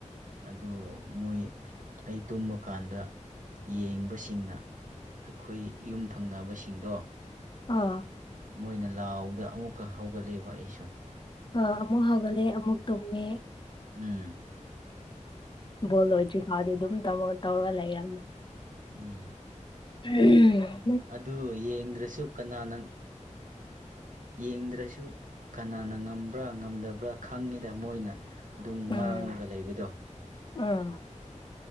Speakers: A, on the right; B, on the left.
A: ꯑꯗꯨ ꯃꯣꯏ ꯑꯩ ꯇꯨꯝꯕꯀꯥꯟꯗ ꯌꯦꯡꯕꯁꯤꯡꯅ ꯑꯩꯈꯣꯏ ꯌꯨꯝ ꯊꯪꯅꯕꯁꯤꯡꯗꯣ
B: ꯑꯣ
A: ꯃꯣꯏꯅ ꯂꯥꯎꯗ ꯑꯃꯨꯛꯀ ꯍꯧꯒꯠꯂꯦꯕ ꯑꯩꯁꯨ
B: ꯑ ꯑꯃꯨꯛ ꯍꯧꯒꯠꯂꯦ ꯑꯃꯨꯛ ꯇꯨꯝꯃꯦ
A: ꯎꯝ
B: ꯕꯣꯜ ꯂꯣꯏꯗ꯭ꯔꯤ ꯃꯥꯗꯤ ꯑꯗꯨꯝ ꯇꯧꯔ ꯇꯧꯔꯒ ꯂꯩꯔꯝꯅꯦ
A: ꯎꯝ
B: ꯎꯝ
A: ꯑꯗꯨ ꯌꯦꯡꯗ꯭ꯔꯁꯨ ꯀꯅꯥꯅ ꯌꯦꯡꯗ꯭ꯔꯁꯨ ꯀꯅꯥꯅ ꯉꯝꯕ꯭ꯔꯥ ꯉꯝꯗꯕ꯭ꯔꯥ ꯈꯪꯉꯤꯗ ꯃꯣꯏꯅ ꯑꯗꯨꯝ
B: ꯎꯝ
A: ꯉꯥꯡꯂꯒ ꯂꯩꯕꯗꯣ
B: ꯑꯥ